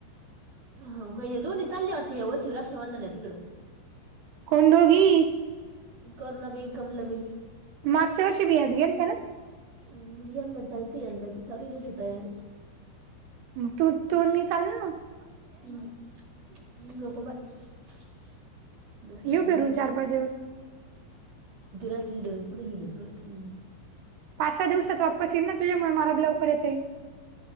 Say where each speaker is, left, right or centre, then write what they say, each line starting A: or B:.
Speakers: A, on the right; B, on the right.
A: हो का हे दोन्ही चालले वाटतें हे वचीव रक्षाबंधन आहे तिकडं.
B: कोण दोगी?
A: कर न बा इनकमला बई.
B: मागच्या वर्षी बियात गेलना.
A: मग यंदा जायचं यंदा बी चालू यायची तयार.
B: मग तो तो मी चालना?
A: हम्म नको बाई. <unintelligible>
B: येऊ
A: ड्युटी
B: फिरून चार पाच दिवस
A: राहती हिथ कुठ हिंडत बसती.
B: पाच सहा दिवसात वापस येईल ना तुझ्यामुळे मला ब लवकर येते.